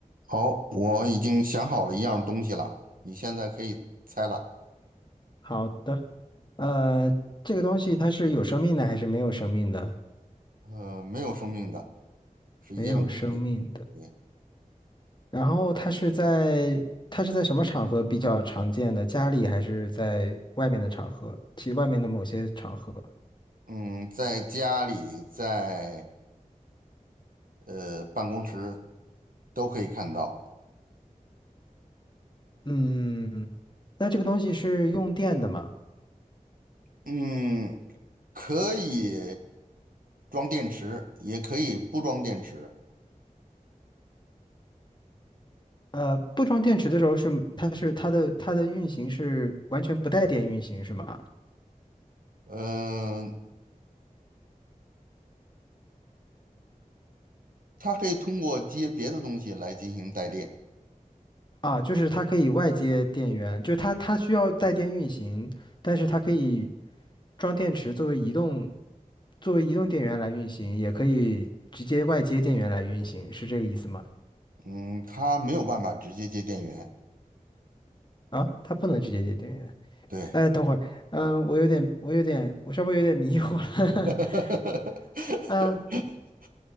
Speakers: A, on the right; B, on the left.
A: 好，我已经想好了一样东西了，你现在可以猜了。
B: 好的，呃，这个东西它是有生命的还是没有生命的？
A: 呃，没有生命的，是一件物品。
B: 没有生命的。
A: 对，
B: 然后它是在它是在什么场合比较常见的？家里还是在外面的场合？其外面的某些场合。
A: 嗯，在家里，在呃办公室都可以看到。
B: 嗯，那这个东西是用电的吗？
A: 嗯，可以装电池，也可以不装电池。
B: 呃，不装电池的时候是它是它的它的运行是完全不带电运行是吗？
A: 嗯、它可以通过接别的东西来进行带电。
B: 啊，就是它可以外接电源，就是它它需要带电运行。但是它可以装电池作为移动作为移动电源来运行，也可以直接外接电源来运行，是这个意思吗？
A: 嗯，它没有办法直接接电源。
B: 啊，它不能直接接电源。
A: 对。
B: 哎，等会儿，嗯，我有点，我有点，我稍微有点迷糊了。<laughs>
A: <laughs>
B: 嗯，